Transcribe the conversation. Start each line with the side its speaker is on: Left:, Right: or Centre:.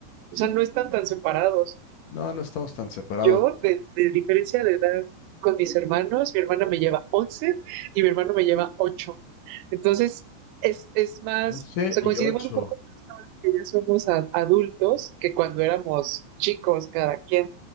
Left: Sí,
Right: O sea, no están tan separados.
Left: no, no estamos tan separados.
Right: Yo, de, de diferencia de edad con mis hermanos, mi hermana me lleva 11 y mi hermano me lleva ocho Entonces, es, es más,
Left: 11
Right: o sea, coincidimos
Left: y ocho,
Right: un poco que ya somos a- adultos que cuando éramos chicos cada quien.